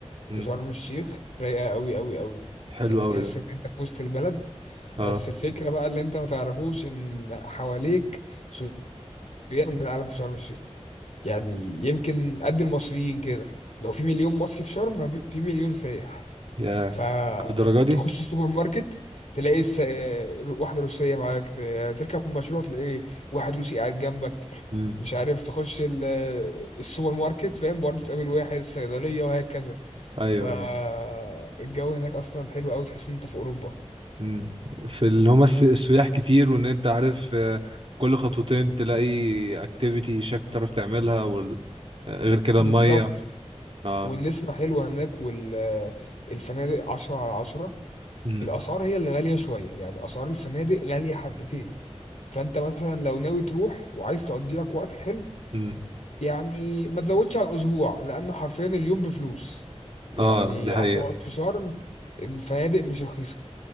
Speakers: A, on the right; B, on the left.
A: امم
B: في شرم الشيخ رايقه قوي قوي قوي
A: حلو
B: يعني بتحس
A: قوي ده
B: ان انت في وسط البلد
A: اه
B: بس الفكره بقى اللي انت ما تعرفوش ان حواليك سياح من العالم في شرم الشيخ يعني يمكن قد المصريين كده لو في مليون مصري في شرم ففي في مليون سايح
A: يا
B: فتخش
A: الدرجه دي
B: السوبر ماركت تلاقي س... واحدة روسية معاك ت- تركب مشروع تلاقي واحد روسي قاعد جنبك
A: امم
B: مش عارف تخش ال... السوبر ماركت فاهم برضو تقابل واحد صيدلية وهكذا
A: ايوه
B: فالجو
A: ايوه
B: هناك أصلا حلو أوي تحس إن أنت في أوروبا
A: امم في اللي هما الس- السياح كتير وان انت عارف آه، كل خطوتين تلاقي اكتيفيتي شكل تعرف تعملها وال... آه، غير كده
B: بالظبط
A: الميه اه
B: والنسمة حلوة هناك والفنادق عشرة على عشرة
A: امم
B: الأسعار هي اللي غالية شوية يعني أسعار الفنادق غالية حبتين فأنت مثلا لو ناوي تروح وعايز تقضي لك وقت حلو
A: امم
B: يعني ما تزودش عن اسبوع لان حرفيا اليوم بفلوس يعني
A: اه دي حقيقة
B: هتقعد في شرم الفنادق مش رخيصه